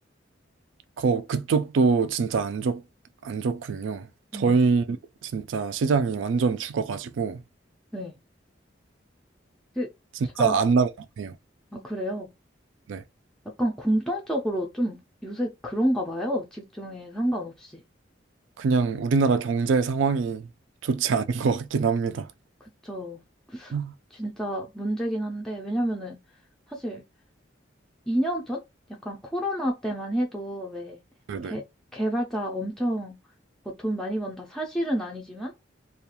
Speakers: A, on the right; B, in the centre.
A: 거, 그쪽도 진짜 안 좋, 안 좋군요.
B: 네,
A: 저희 진짜 시장이 완전 죽어가지고,
B: 네. 그,
A: 진짜
B: 자,
A: 안 나가네요
B: 아, 그래요.
A: 네.
B: 약간 공통적으로 좀 요새 그런가 봐요. 직종에 상관없이.
A: 그냥 우리나라 경제 상황이 좋지 않은 것 같긴 합니다.
B: 그쵸.
A: 아.
B: 진짜 문제긴 한데, 왜냐면은 사실 2년 전? 약간 코로나 때만 해도 왜
A: 네네.
B: 개, 개발자 엄청 뭐 돈 많이 번다 사실은 아니지만